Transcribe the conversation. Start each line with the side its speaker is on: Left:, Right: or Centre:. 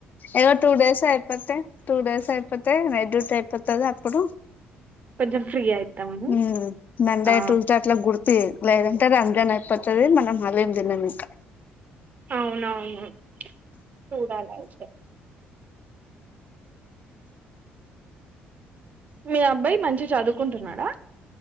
Left: ఏవో టూ డేస్ అయిపోతే టూ డేస్ అయిపో నైట్ డ్రెస్ అయిపోతది అప్పుడు
Right: కొంచెం ఫ్రీ అయితాము.
Left: మ్మ్ మండే
Right: ఆ
Left: ట్యూస్డే అట్లా గుర్తుచే లేదంటే రంజన్ అయిపోతది మనం మాలం దిన మీకా
Right: అవునవును చూడాల అయితే మీ అబ్బాయి మంచిగా చదువుకుంటున్నాడా